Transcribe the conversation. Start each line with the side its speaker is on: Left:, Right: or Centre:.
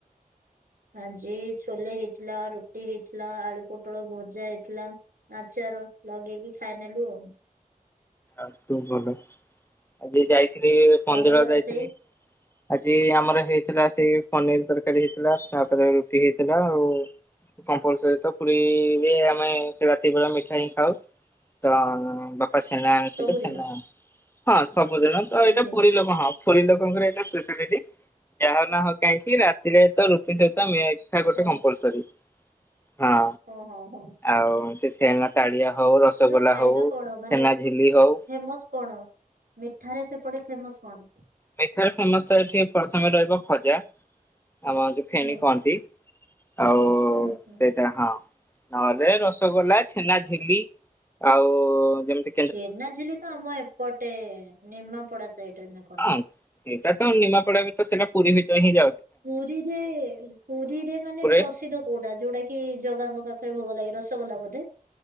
Right: ଆଜି ଛୋଲେ ହେଇଥିଲା ରୁଟି ହେଇଥିଲା ଆଳୁ ପୋଟଳ ଭଜା ହେଇଥିଲା। ଆଚାର ଲଗେଇକି ଖାଇ ନେଲୁ ଆଉ।
Left: ଆଉ ତୁ ଭଲ ଆଜି ଯେ ଯାଇଥିଲି
Right: ତମର
Left: ମନ୍ଦିର
Right: ରୋଷେଇ
Left: ଯାଇଥିଲି। ଆଜି ଆମର ହେଇଥିଲା ସେଇ ପନିର୍ ତରକାରୀ ହେଇଥିଲା ତାପରେ ରୁଟି ହେଇଥିଲା ଆଉ। କମ୍ପଲସରୀ ତ ପୁରୀରେ ଆମେ ରାତି ବେଳା ମିଠା ହିଁ ଖାଉ। ତ ବାପା ଛେନା ଆଣିଥିଲେ
Right: ସବୁଦିନ
Left: ଛେନା ହଁ ସବୁଦିନ ତ
Right: ସବୁଦିନ?
Left: ଏଇଟା ପୁରୀ ଲୋକ ହଁ। ପୁରୀ ଲୋକଙ୍କର ଏ ତ ସ୍ପେଶାଲିଟି ଯାହା ନା ହଉ କାହିଁକି ରାତିରେ ତ ରୁଟି ସହିତ ମି ଠା
Right: ଓହୋ
Left: ଗୋଟେ କମ୍ପଲସରୀ ହଁ।
Right: ହଁ ହଁ ହଉ।
Left: ଆଉ ସେ ଛେନା ତାଳିଆ ହଉ ରସଗୋଲା
Right: ଖାଇବା
Left: ହଉ
Right: କଣ ମାନେ
Left: ଛେନାଝିଲି ହଉ।
Right: ଫେମସ କଣ ମିଠାରେ ସେପଟେ ଫେମସ କଣ?
Left: ମିଠାରେ ଫେମସ ତ ଏଠି ପ୍ରଥମେ ରହିବ ଖଜା ଆମ ଯୋ ଫେଣି
Right: ହୁଁ
Left: କହନ୍ତି ଆଉ
Right: ହୁଁ ହୁଁ
Left: ସେ <unintelligible> ହଁ ନହେଲେ ରସଗୋଲା ଛେନାଝିଲି ଆଉ ଯେମତି
Right: ଛେନାଝିଲି ତ ଆମ ଏପଟେ ନିମାପଡା ସାଇଡରେ ନା କଣ।
Left: ଏଇଟା ତ ନିମାପଡାରେ ତ ସେଟା ପୁରୀ ଭିତରେ ହିଁ ଯା
Right: ପୁରୀରେ ପୁରୀରେ ମାନେ
Left: ପୁରୀ
Right: ପ୍ରସିଦ୍ଧ କୋଉଟା ଯୋଉଟା କି ଜଗାଙ୍କ ପାଖରେ ଭୋଗ ଲାଗେ ରସଗୋଲା ବୋଧେ?